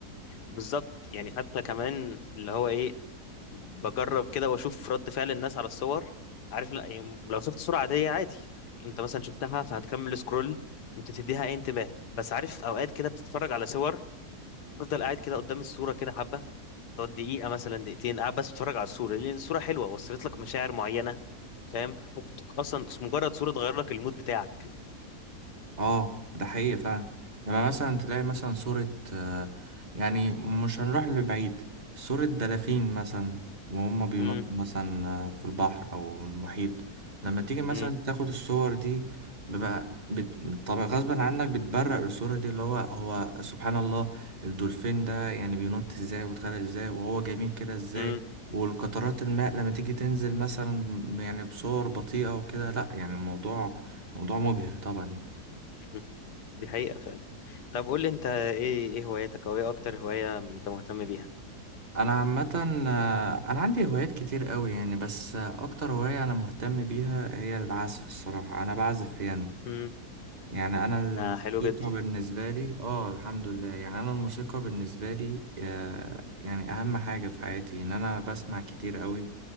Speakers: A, on the left (about 80°); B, on the right (about 25°).
A: بالظبط يعني حتى كمان اللي هو ايه بجرب كده واشوف رد فعل الناس على الصور عارف لا يعني لو شفت صورة عادية عادي انت مثلا شفتها فهتكمل سكرول مش هتديها اي انتباه بس عارف اوقات كده بتتفرج على صور تفضل قاعد كده قدام الصورة كده حبة تقعد دقيقة مثلا دقيقتين قاعد بس بتتفرج على الصورة لأن الصورة حلوة وصلت لك مشاعر معينة فاهم ممكن تكون أصلا مجرد صورة تغير لك المود بتاعك
B: اه ده حقيقي فعلا لما مثلا تلاقي مثلا صورة آه، يعني مش هنروح لبعيد صورة دلافين مثلا وهم بينطوا
A: امم
B: مثلا آه، في البحر أو المحيط لما تيجي مثلا
A: امم
B: تاخد الصور دي بيبقى بت... طبعا غصبا عنك بتبرق الصورة دي اللي هو هو سبحان الله الدولفين ده يعني بينط ازاي ويتغرق ازاي وهو جميل كده ازاي
A: امم
B: والقطرات الماء لما تيجي تنزل مثلا يعني بصور بطيئة وكده لا يعني الموضوع موضوع مبهر طبعا
A: امم. دي حقيقة فعلا طب قول لي انت ايه ايه هواياتك او ايه اكتر هواية انت مهتم بيها
B: انا عامه آه، انا عندي هوايات كتير قوي يعني بس آه، اكتر هوايه انا مهتم بيها هي العزف الصراحه انا بعزف بيانو
A: امم
B: يعني انا الموسيقى
A: ده حلو جدا
B: بالنسبه لي اه الحمد لله يعني انا الموسيقى بالنسبه لي آه، يعني اهم حاجه في حياتي ان انا بسمع كتير قوي